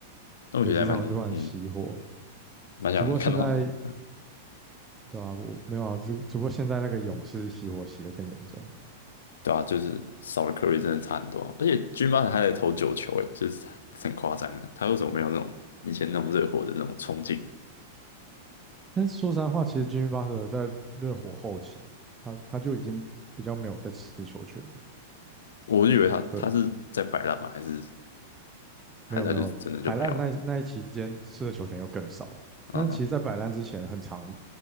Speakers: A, on the left; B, on the right.
A: 那我觉得还蛮嗯
B: 有几场突然熄火。
A: 蛮想看到的，
B: 只不过现在对啊，我没有啊，只只不过现在那个勇士熄火熄得更严重。
A: 对啊，就是少了 Curry 真的差很多啊而且 Jimmy b 在投九球，诶，就是很夸张啊，他为什么没有那种以前那种热火的那种冲劲？
B: 但是说实在话，其实 Jimmy Butler 在热火后期，他他就已经比较没有在吃球权了。
A: 我以为他他是在摆烂嘛，
B: 对，
A: 还是还是他就真的就没有了？
B: 没有没有，摆烂那那一期间吃的球权又更少。
A: 嗯，
B: 但是其实，在摆烂之前，很长